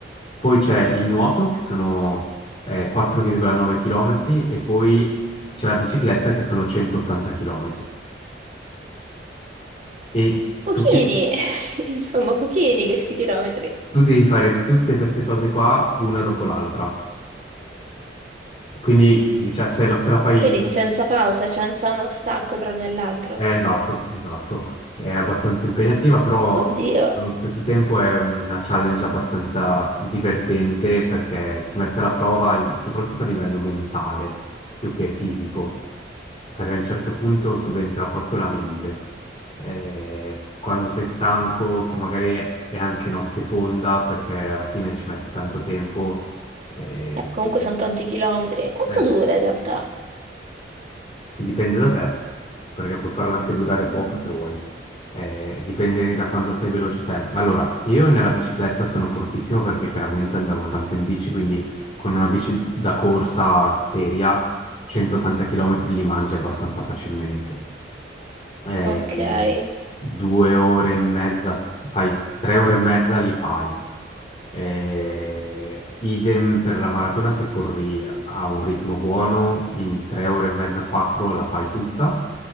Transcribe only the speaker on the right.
Pochini,
<laughs> insomma, pochini questi chilometri.
Quindi senza pausa, senza uno stacco tra l'uno e l'altro.
Oddio.
Eh, comunque
sono tanti chilometri. E Quanto
dura in realtà?
Mm.
Ok.
Eh,